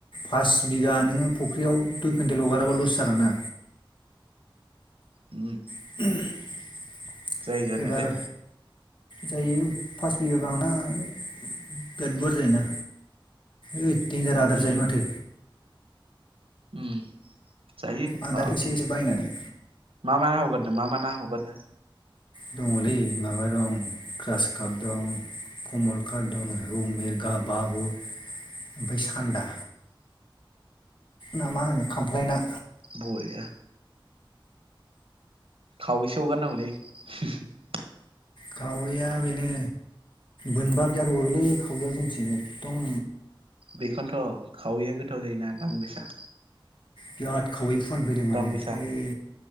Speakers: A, on the left; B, on the right.
A: फास बिघा नोङो फुख्रियाव दुइ कुइन्टेल हगाराबा लस जागोन ना
B: उम
A: <unintelligible>
B: जायो जानायालाय
A: एबार जायो फास बिघा गाहामना बिराद गुवार जायोना। ओइ डेन्जार आदार
B: उम
A: जायो माथो।
B: उम जायो
A: आदार
B: बाब
A: एसे एसे बायनानै
B: मा मा हगारदों मा मा ना हगारदों?
A: दङलै माबा दं ग्रास काप दं कमन काट दं रौ मेरगा मागुर ओमफाय सान्दा। ना मा होनो खामफ्लाय ना
B: बरिया खावैसो हगारनांगौलै <unintelligible>
A: खावैया बेनो बोनबा बियाद अरोलै खावैया जोंथिं एखदम
B: बेखौनोथ' खावैया गोथाव जायोना दाम गोसा।
A: बिराद खावै फुवान फैदों माने
B: दाम गोसा
A: ओइ